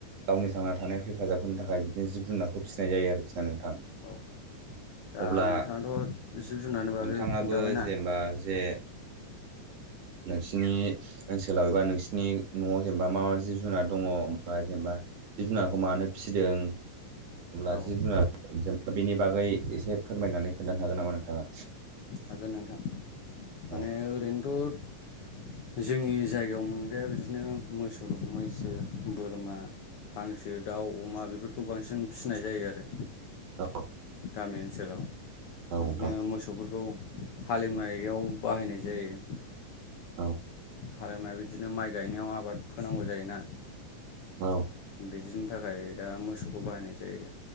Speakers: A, on the right (about 55°); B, on the left (about 75°).
A: गावनि थांना थानायाव हेफाजाब होनो थाखाय बिदिनो जिब जुनारखौ फिसिनाय जायो आरोखि ना नोंथां।
B: औ उम औ दा
A: अब्ला
B: नोंथाङाथ' जुनारनि बागै
A: नोंथाङाबो
B: खोन्थाबायना
A: जेनेबा जे नोंसिनि ओनसोलाव एबा नोंसिनि न'आव जेनेबा मा मा जिब जुनार दङ जेनेबा जिब जुनारखौ मानो फिसिदों अब्ला
B: औ
A: जिब
B: औ
A: जुनार जेनेबा बेनि बागै एसे फोरमायनानै खोन्थानो हागोन नामा नोंथाङा?
B: हागोन नोंथां माने
A: औ
B: ओरैनोथ' जोंनि जायगायाव मोनग्राया बिदिनो मोसौ, मैसो, बोरमा हांसो, दाउ, अमा बेफोरखौ बांसिन फिसिनाय जायो आरो।
A: औ।
B: गामि ओनसोलाव।
A: नोंथां
B: बिदिनो मोसौफोरखौ हालेवनायाव बाहायनाय जायो।
A: औ।
B: हालेवनाय बिदिनो माइ गायनायाव आबाद फोनांगौ जायोना
A: औ।
B: बिदिनि थाखाय दा मोसौखौ बाहायनाय जायो।